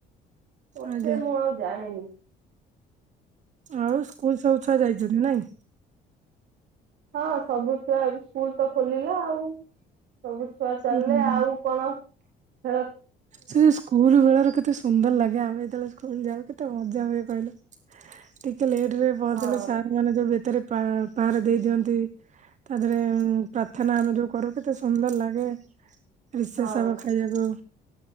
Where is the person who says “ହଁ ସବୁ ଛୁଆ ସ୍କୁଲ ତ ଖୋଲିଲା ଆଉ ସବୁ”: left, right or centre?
Right